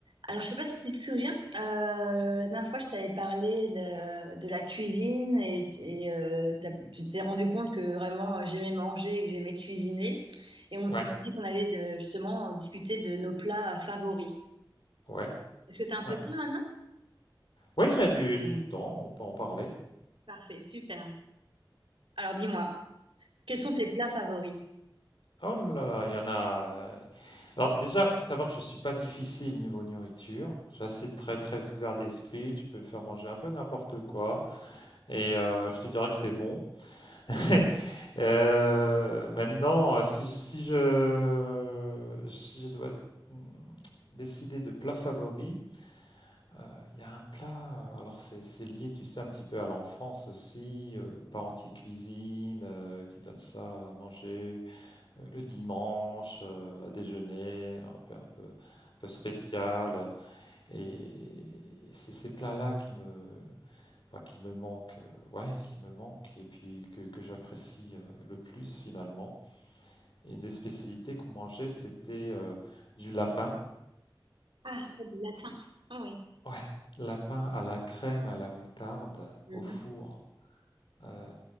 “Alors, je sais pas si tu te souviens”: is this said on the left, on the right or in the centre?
Right